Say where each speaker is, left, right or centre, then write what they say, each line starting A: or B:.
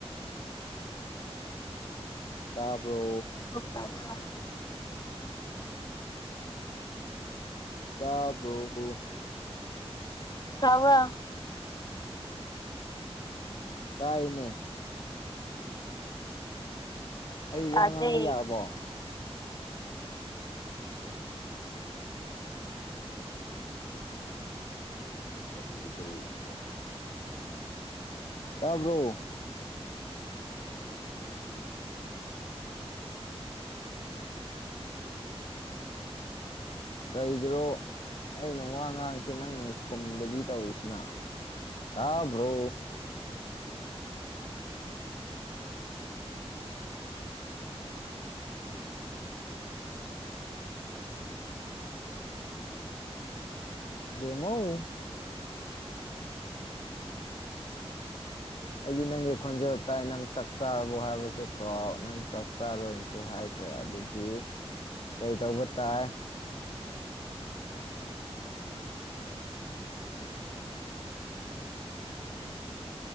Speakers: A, on the left (about 60°); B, on the left (about 40°).
A: ꯇꯥꯕ꯭ꯔꯣ
B: ꯇꯝꯅꯥ
A: ꯇꯕ꯭ꯔꯣ
B: ꯇꯥꯕ꯭ꯔꯥ
A: ꯇꯥꯏꯅꯦ ꯑꯩ
B: ꯇꯥꯗ꯭ꯔꯦ
A: ꯋꯥ ꯉꯥꯡꯕ ꯌꯥꯔꯕꯣ ꯀꯔꯤ ꯀꯔꯤꯌ ꯇꯥꯕ꯭ꯔꯣ ꯀꯩꯒꯤꯔꯣ ꯑꯩꯅ ꯋꯥ ꯉꯥꯡꯉꯤꯁꯦ ꯅꯪ ꯅ ꯈꯨꯝꯗꯕꯤ ꯇꯧꯔꯤꯁꯤꯅ ꯇꯥꯕ꯭ꯔꯣ ꯕꯦꯝꯃꯧ ꯑꯩꯗꯤ ꯅꯪꯒꯤ ꯈꯣꯟꯖꯦꯜ ꯇꯥꯏ ꯅꯪ ꯆꯥꯛ ꯆꯥꯔꯕꯣ ꯍꯥꯏꯕꯁꯨ ꯀꯥꯎ ꯅꯪ ꯆꯥꯛ ꯆꯥꯔꯣꯏꯅꯁꯨ ꯍꯥꯏ ꯈ꯭ꯔꯦ ꯑꯗꯨꯗꯤ ꯀꯩ ꯊꯧꯕ ꯇꯥꯏ